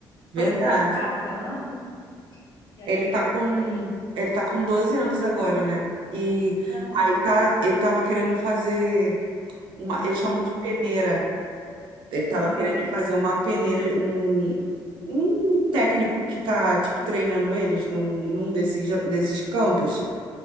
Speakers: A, on the right (about 85°); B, on the left (about 45°).
A: verdade.
B: Foi se destacando, e aí
A: Ele
B: começa
A: tá com,
B: por aí.
A: ele tá com 12 anos agora, né? E
B: Aham,
A: aí tá, ele tava querendo fazer uma, eles chamam
B: hum,
A: de peneira. Ele tava
B: aham,
A: querendo fazer uma peneira, um, um técnico que tá, tipo, treinando eles num,
B: aham,
A: num desses, jo- desses campos.